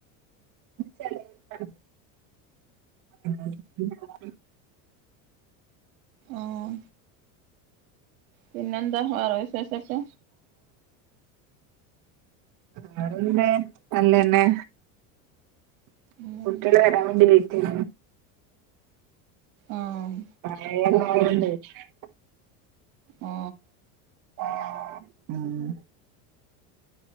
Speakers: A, on the right (about 50°); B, on the right (about 85°).
A: ചിലര് പറഞ്ഞു. <inaudible>
B: ആഹ് പിന്നെന്താ വേറ വിശേഷൊക്കെ
A: വേറെന്തേ നല്ലന്നെ
B: ഉം
A: കുട്ട്യേള് വരാൻ വേണ്ടി ലേറ്റായി
B: ആഹ്
A: പറയല്ല <unintelligible>
B: ഓ
A: <inaudible>